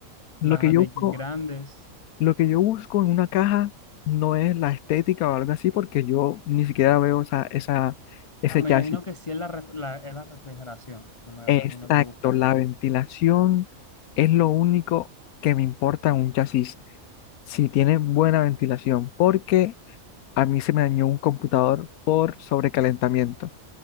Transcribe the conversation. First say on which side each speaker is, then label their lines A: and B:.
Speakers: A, on the left; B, on the left.
A: lo
B: las
A: que
B: a ATX
A: yo busco,
B: grandes.
A: lo que yo busco en una caja no es la estética o algo así, porque yo ni siquiera veo esa, esa, ese
B: Ah, me
A: chasis.
B: imagino que sí es la, ref- la- es la refrigeración, no me
A: Exacto,
B: imagino que buscas
A: la
B: tú.
A: ventilación es lo único que me importa en un chasis, si tiene buena ventilación, porque a mí se me dañó un computador por sobrecalentamiento.